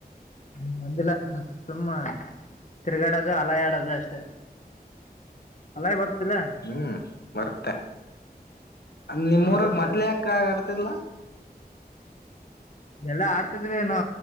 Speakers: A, on the left; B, on the left.
A: ್ಮ ಮಂದಲ ಸುಮ್ಮ ತಿರ್ಗಾಡೋದು ಹಲಯಾಡದು ಅಷ್ಟೇ ಅಲಾಯ ಬರ್ತಿಲ್ಲ
B: ಹ್ಮ್ ಬರ್ತ್ತ ನಿಮ್ಮೂರಗ್
A: ಬರ್ತ
B: ಮೊದ್ಲ ಯಾಕ ಆ ಹತ್ತರ್ಲ
A: ಎಲ್ಲಾ ಆಡ್ತಿದ್ವಿನು